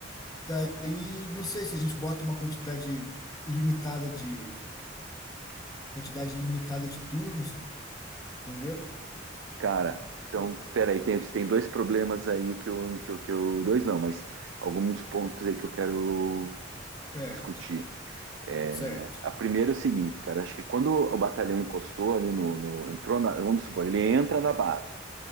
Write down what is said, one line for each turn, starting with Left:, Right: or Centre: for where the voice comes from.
Left: Daí, não sei se a gente bota uma quantidade limitada de quantidade limitada de turnos, entendeu?
Right: Cara,
Left: Tipo,
Right: então, peraí, tem, tem dois problemas aí que eu, que eu, que eu. Dois não, mas alguns pontos aí que eu quero
Left: Certo,
Right: discutir. É,
Left: certo.
Right: a primeira é o seguinte, cara, acho que quando o batalhão encostou ali no, no- entrou na, vamos supor, ele entra na base,